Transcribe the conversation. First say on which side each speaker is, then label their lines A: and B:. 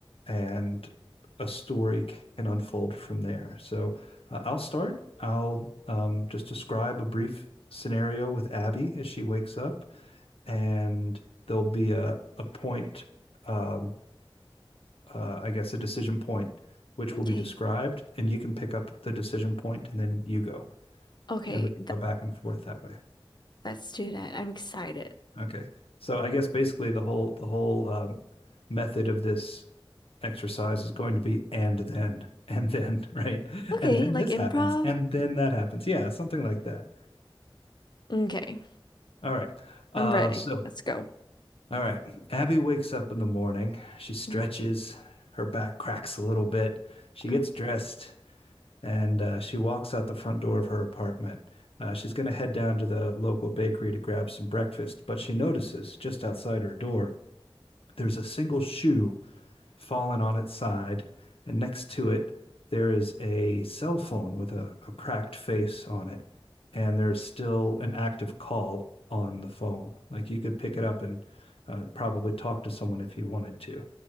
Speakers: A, on the left; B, on the left.
A: and a story can unfold from there. So uh, I'll start. I'll um, just describe a brief scenario with Abby as she wakes up, and there'll be a, a point. um, uh, I guess, a decision point, which
B: Okay.
A: will be described, and you can pick up the decision point, and then you go,
B: Okay.
A: and we can
B: Th
A: go back and forth that way.
B: let's do that. I'm excited.
A: Okay. So I guess basically the whole the whole um, method of this exercise is going to be and then <laughs> and then right
B: Okay.
A: and then
B: Like
A: this
B: improv?
A: happens and then that happens yeah something like that
B: Okay.
A: all right uh
B: I'm ready.
A: so
B: Let's go.
A: all right Abby wakes up in the morning she stretches
B: Mm.
A: her back cracks a little bit she
B: Oh.
A: gets dressed and uh, she walks out the front door of her apartment. Uh, she's going to head down to the local bakery to grab some breakfast, but she notices just outside her door there's a single shoe fallen on its side, and next to it, there is a cell phone with a, a cracked face on it, and there's still an active call on the phone. Like you could pick it up and uh, probably talk to someone if you wanted to.